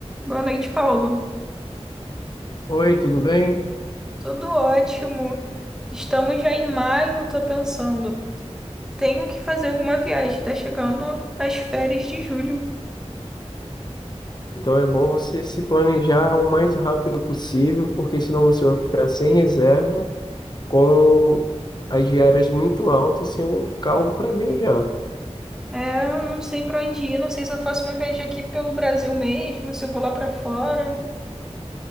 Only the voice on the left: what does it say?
Oi, tudo bem?
Então é bom você se planejar o mais rápido possível, porque senão você vai ficar sem reserva, com as diárias muito altas, sem o carro para viajar.